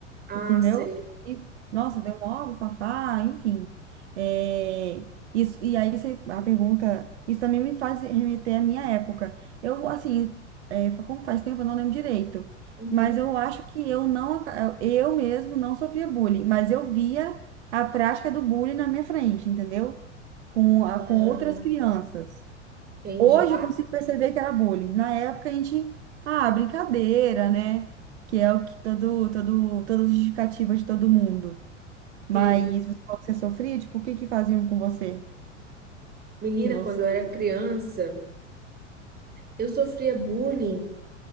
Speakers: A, on the right; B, on the right.
A: Ah,
B: entendeu?
A: sei.
B: E, nossa, deu mó fafá, enfim. É, isso, e aí você, a pergunta, isso também me faz remeter à minha época. Eu, assim, é, fa- como faz tempo eu não lembro direito,
A: Uhum.
B: mas eu acho que eu não, aca- eu mesmo não sofria bullying, mas eu via a prática do bullying na minha frente, entendeu? Com, a,
A: Ah,
B: com outras crianças.
A: entendi.
B: Hoje eu consigo perceber que era bullying. Na época a gente, ah, brincadeira, né? Que é o que todo, todo, todas as justificativa de todo mundo. Mas
A: Sim.
B: você falou que você sofria, tipo, o que que faziam com você?
A: Menina,
B: Que você.
A: quando eu era criança, eu sofria bullying